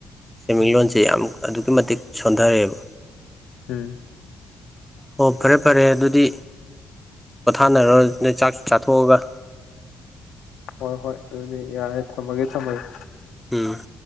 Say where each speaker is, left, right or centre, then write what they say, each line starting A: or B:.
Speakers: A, in the centre; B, on the left (about 85°).
A: ꯁꯦꯟꯃꯤꯠꯂꯣꯟꯁꯦ
B: ꯎꯝ
A: ꯌꯥꯝ ꯑꯗꯨꯛꯀꯤ ꯃꯇꯤꯛ ꯁꯣꯟꯊꯔꯦꯕ
B: ꯎꯝ
A: ꯑꯣ ꯐꯔꯦ ꯐꯔꯦ ꯑꯗꯨꯗꯤ ꯄꯣꯊꯥꯅꯔꯣ ꯅꯣꯏ ꯆꯥꯛ ꯆꯥꯊꯣꯛꯑꯒ
B: ꯍꯣꯏ ꯍꯣꯏ ꯑꯗꯨꯗꯤ ꯌꯥꯔꯦ ꯊꯝꯃꯒꯦ ꯊꯝꯃꯒꯦ
A: ꯎꯝ